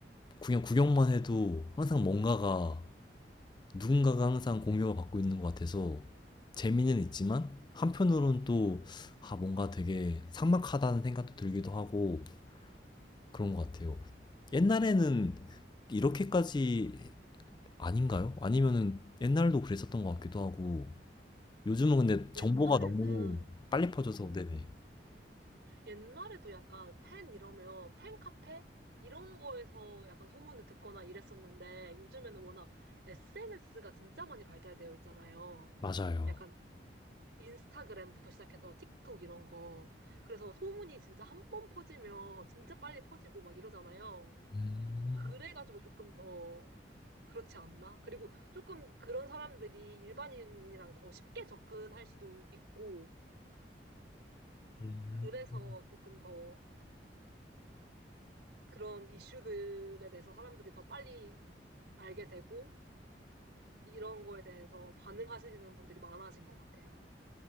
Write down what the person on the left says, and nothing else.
그냥 구경만 해도 항상 뭔가가 누군가가 항상 공격을 받고 있는 것 같아서 재미는 있지만 한편으로는 또 아, 뭔가 되게 삭막하다는 생각도 들기도 하고 그런 것 같아요. 옛날에는 이렇게까지 아닌가요? 아니면은 옛날도 그랬었던 것 같기도 하고 요즘은 근데 정보가
너무 빨리 퍼져서
네네.
맞아요.
음,
음.